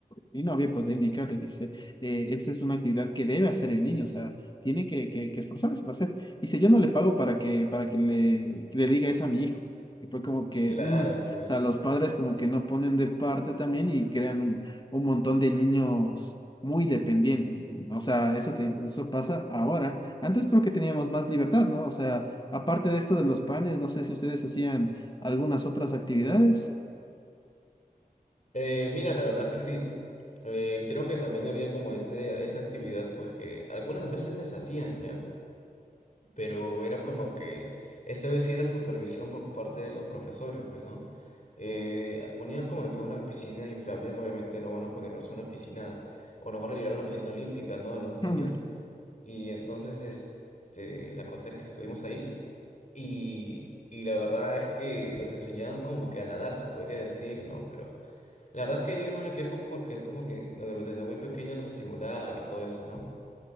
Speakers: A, on the left; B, on the left.
A: mi novia pues le indica, le dice, eh, esa es una actividad que debe hacer el niño, o sea, tiene que, que, que esforzarse para hacer. Dice, yo no le pago para que, para que le, que le diga eso a mi hijo. Y fue como que,
B: Claro,
A: mm, o
B: pues.
A: sea, los padres como que no ponen de parte también y crean un- un montón de niños muy dependientes. O sea, eso, te digo, eso pasa ahora. Antes creo que teníamos más libertad, ¿no? O sea, aparte de esto de los panes, no sé si ustedes hacían algunas otras actividades.
B: Eh, mira, la verdad es que sí. Eh, creo que también había como ese, esa actividad, pues que algunas veces les hacían, ¿ya? Pero era como que esta vez sí era supervisión por parte de los profesores, pues, ¿no? Eh, ponían como que una piscina inflable, obviamente no van a ponernos una piscina, o nos van a llevar a una piscina olímpica, ¿no? A los niños.
A: <laughs>
B: Y entonces, es- este, la cosa es que estuvimos ahí y, y la verdad es que los enseñaron como que a nadar, se podría decir, ¿no? Pero la verdad es que yo no me quejo porque es como que no, de- desde muy pequeño nos estimulaba y todo eso, ¿no?